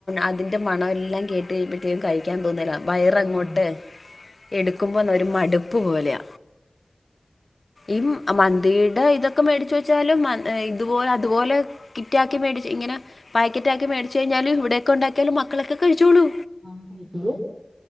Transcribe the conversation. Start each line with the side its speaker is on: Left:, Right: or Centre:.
Left: അതിന്റെ മണം എല്ലാം കേട്ട് കഴിമ്പേ ക്ക് കഴിക്ക്യാൻ തോന്നേല വയറങ്ങോട്ട്
Right: ആഹ്
Left: എടുക്കുമ്പോന്ന ഒരു മടുപ്പ് പോലെയ. ഇം മ ഇടെ ഇതൊക്കെ മേടിച്ച വെച്ചാലും മ ഇതുപോലെ അതുപോലെ കിറ്റാക്കി മേടിച്ച് ഇങ്ങനെ പാക്കറ്റ് ആക്കി മേടിച്ച് കഴിഞ്ഞാല് ഇവിയൊക്കെ ഉണ്ടാക്കിയാലും മക്കളൊക്കെ കഴിച്ചോളൂ
Right: ആഹ് കഴിച്ചോളൂ